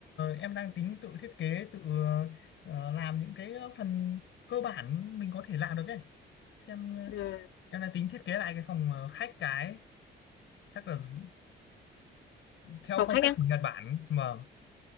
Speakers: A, on the left; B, on the left.
A: em đang tính tự thiết kế tự ờ, làm những cái ờ, phần cơ bản mình có thể làm được ấy xem ờ,
B: ừ
A: em đang tính thiết kế lại cái phòng ờ, khách cái chắc là d- theo
B: phòng
A: phong
B: khách
A: cách
B: á
A: của Nhật Bản vâng